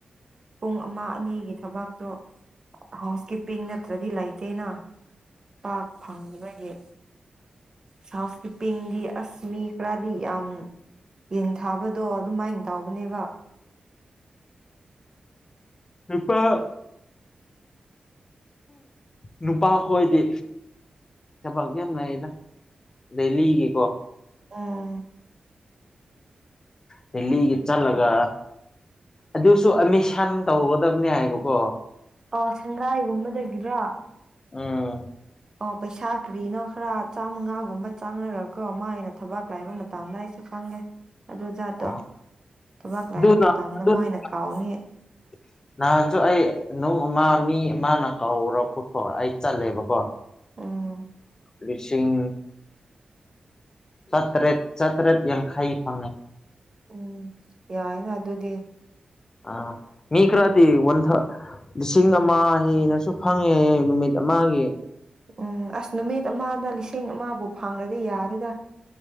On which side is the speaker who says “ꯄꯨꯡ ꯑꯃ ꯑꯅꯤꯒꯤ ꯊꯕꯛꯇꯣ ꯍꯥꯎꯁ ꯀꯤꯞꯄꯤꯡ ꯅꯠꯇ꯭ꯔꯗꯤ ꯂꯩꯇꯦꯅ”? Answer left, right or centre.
Right